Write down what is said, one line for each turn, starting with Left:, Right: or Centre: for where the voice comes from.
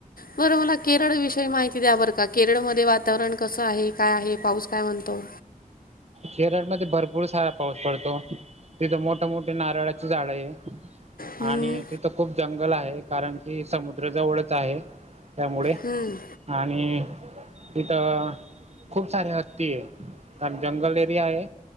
Left: बरं मला केरळ विषयी माहिती द्या बरं का केरळमध्ये वातावरण कसं आहे काय आहे पाऊस काय म्हणतो.
Right: केरळ मध्ये भरपूर सारा पाऊस पडतो तिथं मोठ मोठी नारळाची झाड आहे.
Left: हम्म,
Right: आणि तिथं खूप जंगल आहे कारण की समुद्र जवळच आहे त्यामुळे.
Left: हम्म.
Right: आणि तिथं खूप सारे हत्ती आहे कारण जंगल. हे